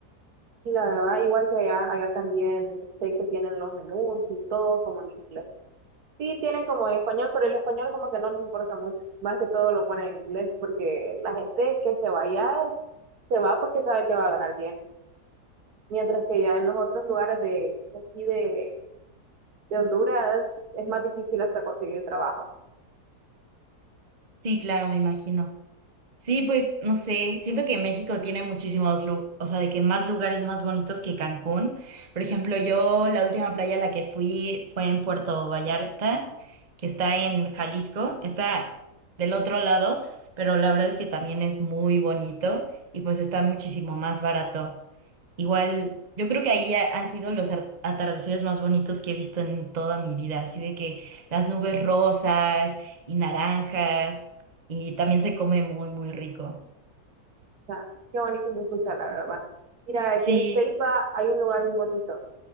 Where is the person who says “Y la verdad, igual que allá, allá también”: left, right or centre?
Right